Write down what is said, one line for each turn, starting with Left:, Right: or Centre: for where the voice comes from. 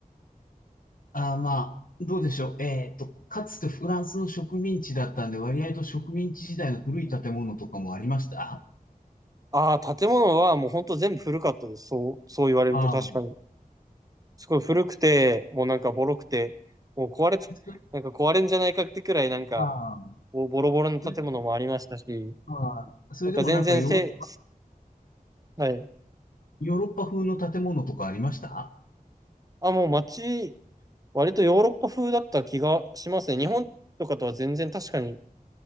Left: あ、ああ、まあ、どうでしょう。えっと、かつてフランスの植民地だったんで、割合と植民地時代の古い建物とかもありました
Right: ああ、建物はもう本当全部古かったです。そう、そう言われると確かに。
Left: ああ、
Right: すごい古くて、もうなんかボロくて、もう壊れて、
Left: そ
Right: <laughs> なんか壊れんじゃないかってくらいなんか、
Left: ああ、
Right: ボボロボロの建物もありましたし、
Left: それでも、ああ、それでもなんかヨー、
Right: なんか全然せ、はい。
Left: ヨーロッパ風の建物とかありました
Right: あ、もう街、割とヨーロッパ風だった気がしますね。日本とかとは全然確かに